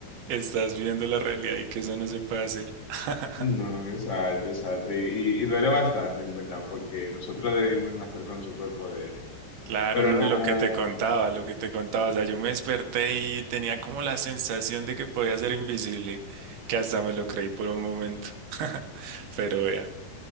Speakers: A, on the right; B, on the left.
A: estás viendo la realidad y que eso no se puede hacer. <laughs>
B: No, exacto, exacto. Y, y- y duele bastante, en verdad, porque nosotros debimos nacer con superpoderes.
A: Claro,
B: Pero
A: no,
B: nada,
A: y lo que te contaba, lo que te contaba, o sea, yo me desperté y tenía como la sensación de que podía ser invisible, que hasta me lo creí por un momento. <laughs> Pero vea,